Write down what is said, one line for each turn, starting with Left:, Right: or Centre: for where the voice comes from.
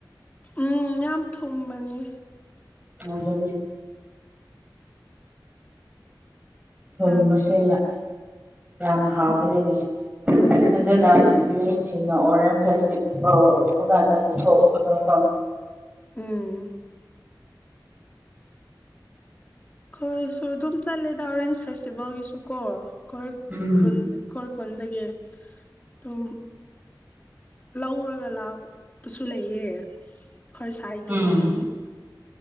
Left: ꯎꯝ ꯌꯥꯝ ꯊꯨꯝꯕꯅꯤ꯫
Right: ꯑꯗꯨꯅꯤ꯫ ꯊꯨꯝꯕꯁꯦ
Left: ꯌꯥꯝ ꯊꯨꯝ
Right: ꯌꯥꯝ ꯍꯥꯎꯕꯅꯤꯅꯦ ꯑꯗꯨꯅ
Left: ꯎꯝ
Right: ꯃꯤꯁꯤꯡꯅ ꯑꯣꯔꯦꯟꯁ ꯐꯦꯁꯇꯤꯚꯦꯜ ꯑꯣꯏꯕ ꯀꯥꯟꯗ ꯄꯨꯊꯣꯛꯄꯗꫭꯀꫭ꯫
Left: ꯎꯝ꯫ ꯈꫭꯏꯁꯨ ꯑꯗꯨꯝ ꯆꯠꯂꯦꯗ ꯑꯣꯔꯦꯟꯖ ꯐꯦꯁꯇꯤꯚꯦꯜꯒꯤꯁꯨ ꯀꯣ ꯈꫭꯏ꯫
Right: ꯎꯝ
Left: ꯈꯨꯟ ꯈꫭꯏ ꯈꯨꯟꯗꯒꯤ ꯑꯗꯨꯝ ꯂꯧꯔꯒ ꯂꯥꯛꯄꯁꯨ ꯂꯩꯌꯦ꯫ ꯈꯣꯏ ꯁꯥꯏꯠꯇꯒꯤ
Right: ꯎꯝ
Left: ꯝ